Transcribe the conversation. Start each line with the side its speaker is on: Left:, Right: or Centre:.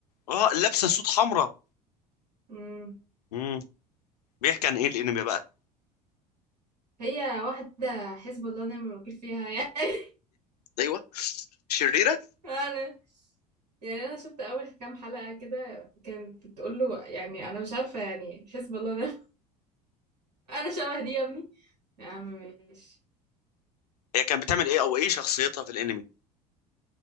Left: اه لابسه سوت حمراء
Right: امم
Left: امم بيحكي عن ايه الانمي بقى
Right: هي واحده حسب الله ونعم الوكيل فيها يعني
Left: ايوه شريره
Right: <laughs> انا يعني انا شفت اول كام حلقه كده كانت بتقول له يعني انا مش عارفه يعني حسب الله ونعم <laughs> انا شبه دي يا ابني يا عم ماشي
Left: هي كانت بتعمل ايه او ايه شخصيتها في الانمي